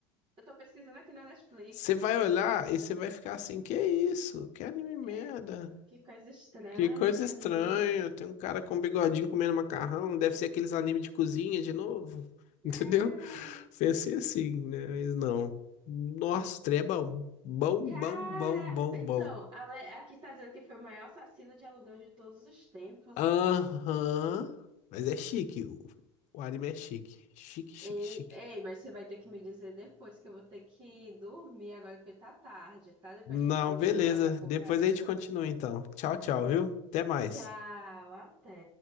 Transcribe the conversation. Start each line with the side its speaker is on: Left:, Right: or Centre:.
Right: Eu tô pesquisando aqui na Netflix.
Left: Você vai olhar e você vai ficar assim, que isso? Que anime merda.
Right: É, que coisa estranha
Left: Que coisa estranha.
Right: ali.
Left: Tem um cara com um bigodinho comendo macarrão. Deve ser aqueles animes de cozinha de novo. <laughs> Entendeu?
Right: É.
Left: Pensei assim, né? Mas não. Nossa, trem é bom. Bom,
Right: Cara!
Left: bom, bom, bom,
Right: Então,
Left: bom.
Right: ale- aqui tá dizendo que foi o maior assassino de aluguel de todos os tempos.
Left: Aham. Mas é chique. O o anime é chique. Chique, chique,
Right: Ei,
Left: chique.
Right: ei, mas você vai ter que me dizer depois que eu vou ter que dormir agora porque tá tarde, tá? Depois
Left: Não,
Right: a gente continua
Left: beleza.
Right: essa conversa.
Left: Depois a gente continua então. Tchau, tchau, viu? Até mais.
Right: Tchau, até.